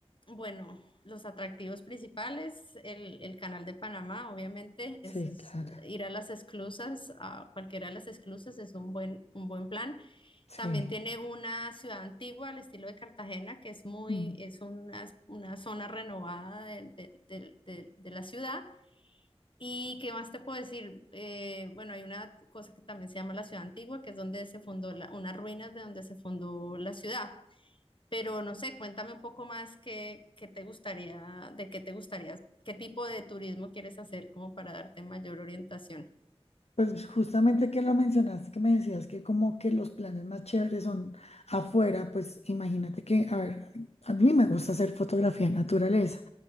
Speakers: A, on the left (about 55°); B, on the left (about 80°).
A: bueno, los atractivos principales, el, el Canal de Panamá, obviamente,
B: Sí,
A: es, es
B: claro,
A: ir a las esclusas, a cualquiera de las esclusas es un buen, un buen plan.
B: sí.
A: También tiene una ciudad antigua al estilo de Cartagena, que es muy,
B: Mm.
A: es una, una zona renovada de, de- de- de- de la ciudad. ¿Y qué más te puedo decir? Eh, bueno, hay una cosa que también se llama la ciudad antigua, que es donde se fundó la, unas ruinas de donde se fundó la ciudad. Pero no sé, cuéntame un poco más qué, qué te gustaría, de qué te gustaría, qué tipo de turismo quieres hacer como para darte mayor orientación.
B: Pues justamente que lo mencionaste, que me decías que como que los planes más chéveres son afuera, pues imagínate que, a ver, a mí me gusta hacer fotografía de naturaleza,